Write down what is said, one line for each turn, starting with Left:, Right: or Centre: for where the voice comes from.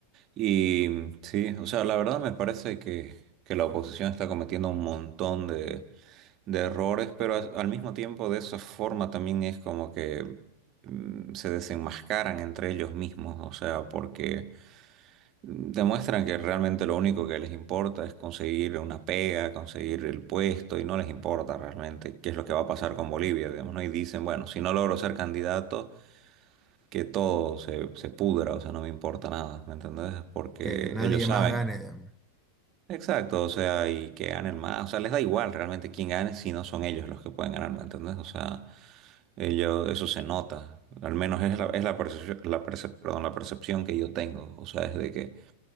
Right: Y sí, o sea, la verdad me parece que, que la oposición está cometiendo un montón de, de errores, pero a- al mismo tiempo de esa forma también es como que mm, se desenmascaran entre ellos mismos, o sea, porque Demuestran que realmente lo único que les importa es conseguir una pega, conseguir el puesto y no les importa realmente qué es lo que va a pasar con Bolivia, digamos, ¿no? Y dicen, bueno, si no logro ser candidato, que todo se, se pudra, o sea, no me importa nada, ¿me entendés? Porque
Centre: que nadie
Right: ellos saben,
Centre: más gane. digamos.
Right: exacto, o sea, y que ganen más, o sea, les da igual realmente quién gane si no son ellos los que pueden ganar, ¿me entendés? O sea, ellos, eso se nota, al menos es la, es la percepción, la percep- perdón, la percepción que yo tengo, o sea, es de que...